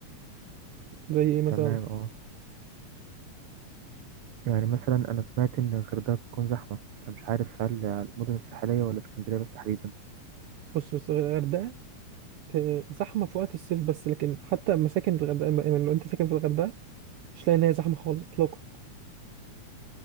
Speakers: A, on the right; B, on the right.
A: زي ايه مثلا
B: تمام اه يعني مثلا أنا سمعت إن الغردقة بتكون زحمة فأنا مش عارف هل المدن الساحلية ولا اسكندرية بس تحديدا
A: بص بص الغردقه آه، زحمه في وقت الصيف بس لكن حتى مساكن الغردقه يعني لو انت ساكن في الغردقه مش لاقي ان هي زحمه خالص اطلاقا